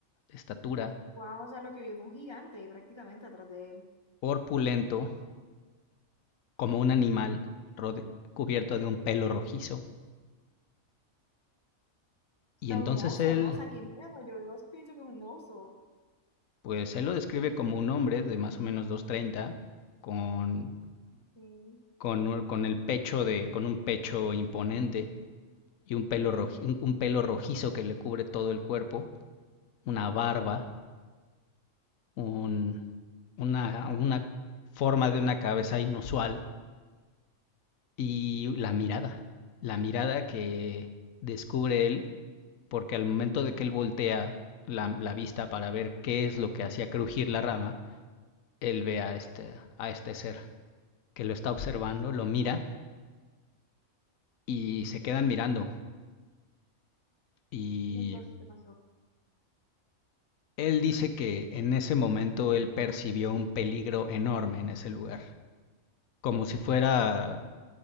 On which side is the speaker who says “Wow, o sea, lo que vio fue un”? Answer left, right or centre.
Left